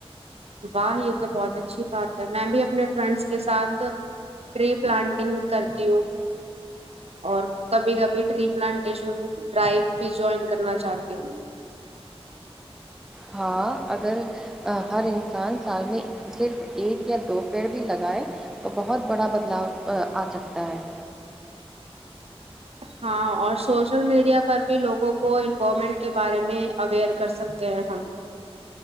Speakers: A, on the right; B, in the centre.
A: واہ یہ تو بہت اچھی بات ہے میں بھی اپنے فرینڈس کے ساتھ ٹری پلانٹنگ کر تی ہوں اور کبھی کبھی ٹری پلانٹیشن ڈرائیو بھی جوائن کرنا چاہتی ہوں
B: ہاں اگر ہر انسان سال میں صرف ایک یا دو پیڑ بھی لگائے تو بہت بڑا بدلاؤ آ سکتا ہے
A: ہاں اور سوشل میڈیا پر بھی لوگوں کو انوائمنٹ کے بارے میں اویئر کر سکتے ہیں ہم